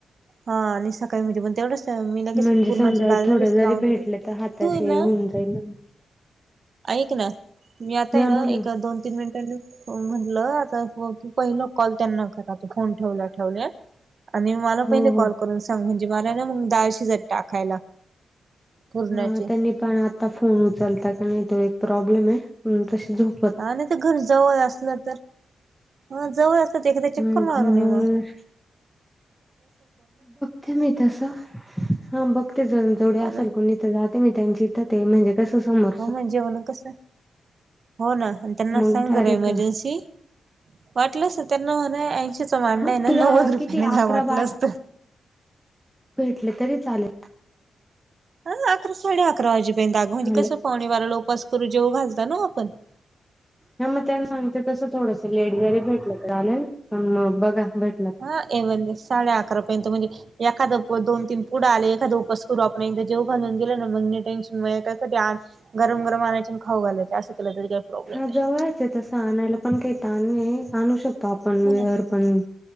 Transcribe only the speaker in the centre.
म्हणजे
समजा
थोडं
जरी
भेटले
तर हाताशी
होऊन जाईल ना
हा
बोल
हो
हो
हा त्यांनी पण आता फोन उचलता का नाही तो एक प्रॉब्लेम आहे तस झोप
घर
ते मी तसं, हा बघते ज जवढे असेल
कोणी तर जाते मी त्यांची इथं ते म्हणजे तसं समज.
मग
डायरेक्ट
हा
तुला
किती
अकरा
भेटली तरी चालेल.
ह
हा मग त्यांना सांगते तस थोडस लेट घरी भेटलं <unintelligible> मग बघा भेट
हा
जवळयचं तसं आणायला पण काही ताण नाही आणू शकतो आपण
वेर
पण.